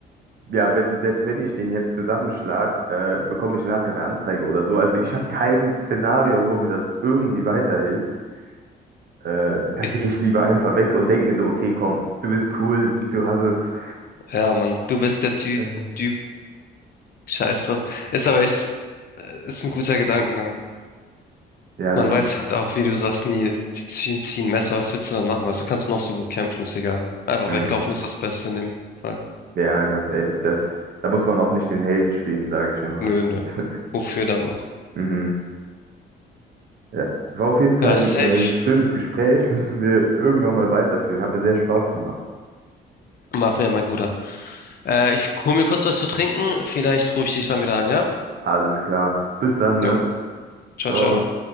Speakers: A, on the right (about 55°); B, on the left (about 50°).
A: ja, wenn, selbst wenn ich den jetzt zusammenschlag, äh, bekomme ich nachher eine Anzeige oder so. Also ich habe kein Szenario, wo mir das irgendwie weiterhilft. Äh, da
B: Jetzt,
A: gehe ich lieber einfach weg und denke mir so, okay, komm, du bist cool, du hast es.
B: ja, Mann, du bist der Ty
A: Äh,
B: Typ. Scheiß drauf. Ist aber echt, äh, ist ein guter Gedankengang.
A: ja,
B: Man
A: das
B: weiß
A: ist,
B: halt auch, wie du sagst, nie, die ziehen, ziehen Messer, was willst du dann machen? Weil du du kannst noch so gut kämpfen, ist egal. Einfach
A: mh,
B: weglaufen ist das Beste in dem Fall.
A: ja, ganz ehrlich, das, da muss man auch nicht den Helden spielen, sage ich immer.
B: Nö,
A: <laughs>
B: nö.
A: Das,
B: Wofür dann auch?
A: mhm. Ja, war auf jeden Fall
B: Ja,
A: ein
B: safe.
A: äh, schönes Gespräch. <laughs> Müssen wir irgendwann mal weiterführen. Hat mir sehr Spaß gemacht.
B: Machen wir, mein Guter. Äh, ich hol mir kurz was zu trinken. Vielleicht rufe ich dich dann wieder an, ja?
A: Alles klar. Bis dann, ne?
B: Jo, ciao,
A: Ciao.
B: ciao.